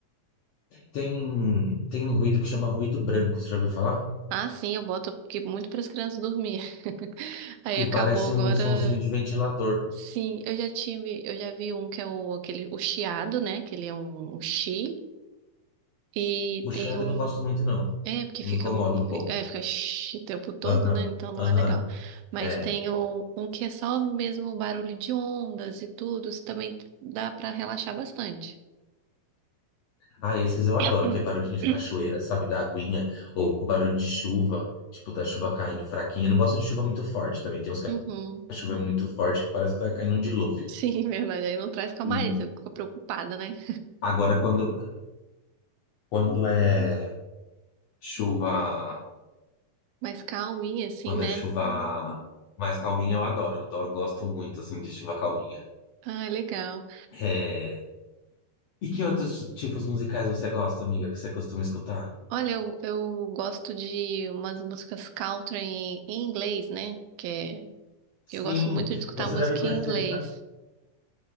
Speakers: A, on the left; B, on the right.
A: Tem, tem um ruído que chama ruído branco, você já ouviu falar?
B: Ah, sim, eu boto porque muito para as crianças dormir. <laughs> Aí
A: Que
B: acabou
A: parece
B: agora
A: um sonzinho de ventilador.
B: Sim, eu já tive, eu já vi um que é o aquele o chiado, né? Que ele é um, um chi e
A: O chiado
B: tem um
A: eu não gosto muito, não.
B: é porque
A: Me
B: fica
A: incomoda
B: um
A: um pouco.
B: é, fica chi o tempo todo,
A: Aham.
B: né? Então não
A: Aham.
B: é legal. Mas
A: É.
B: tem um, um que é só mesmo barulho de ondas e tudo, isso também dá pra relaxar bastante.
A: Ah, esses eu adoro,
B: <clears throat>
A: que é barulhinho de cachoeira, sabe? Da aguinha. Ou barulho de chuva, tipo da chuva caindo fraquinha. Eu não gosto de chuva muito forte também. Tem uns
B: Uhum.
A: a chuva é muito forte que parece que tá caindo um dilúvio.
B: Sim, <laughs> verdade. Aí não traz calmaria,
A: Sim.
B: você fica preocupada, né?
A: Agora, quando, quando é chuva,
B: Mas calminha assim,
A: quando
B: né?
A: é chuva mais calminha, eu adoro. Eu gosto muito, assim, de chuva calminha.
B: Ah, é legal.
A: É, E que outros tipos musicais você gosta, amiga, que você costuma escutar?
B: Olha, eu, eu gosto de umas músicas country em, em inglês, né? Que é,
A: Sim,
B: eu gosto muito de escutar
A: você
B: música
A: deve conhecer,
B: em inglês.